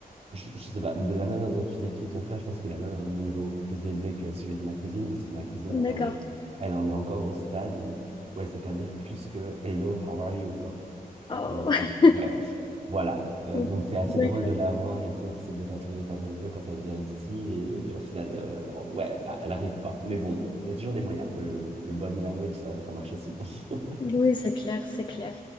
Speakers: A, on the right; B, on the left.
A: je, je sais pas, de la manière dont tu décris ton frère, je pense qu'il a même un niveau plus élevé que celui de ma cousine, parce que ma cousine, elle
B: d'accord.
A: en est elle en est encore au stade où, où elle sait pas dire plus que Hello, how are you, quoi.
B: Oh.
A: Donc, ouais, voilà. Euh,
B: <laughs>
A: donc, c'est assez
B: d'accord
A: drôle de la voir essayer de se dépatouiller comme elle peut quand elle vient ici. Et, au final, euh, ouais, là, elle arrive pas. Mais bon, il y a toujours des moyens. Le, le body language, ça, ça marche aussi. <laughs>
B: Oui, c'est clair, c'est clair.